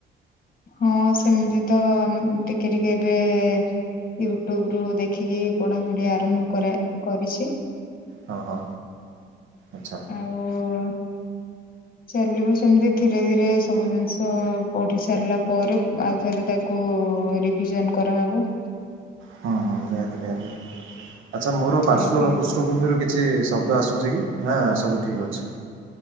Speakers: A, on the left; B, on the right.
A: ହଁ ସେମିତି ତ ଟିକେ ଟିକେ ଏବେ ୟୁଟ୍ୟୁବ ରୁ ଦେଖିକି ପଢାପଢି ଆରମ୍ଭ କରା କରିଛି।
B: ହଁ ହଁ ଆଚ୍ଛା।
A: ଆଉ ଚାଲିବ ସେମିତି ଧୀରେ ଧୀରେ ସବୁ ଜିନିଷ ପଢି ସାରିଲା ପରେ ଆଉଥରେ ତାକୁ ରିଭିଜନ କରାହେବ।
B: ହଁ ହଁ ନିହାତି ନିହାତି। ଆଚ୍ଛା ମୋର ପାର୍ଶ୍ଵ
A: ଆଜ୍ଞା
B: ପୃଷ୍ଠଭୂମି ର କି କିଛି ଶବ୍ଦ ଆସୁଛି କି? ନା ସବୁ ଠିକ ଅଛି?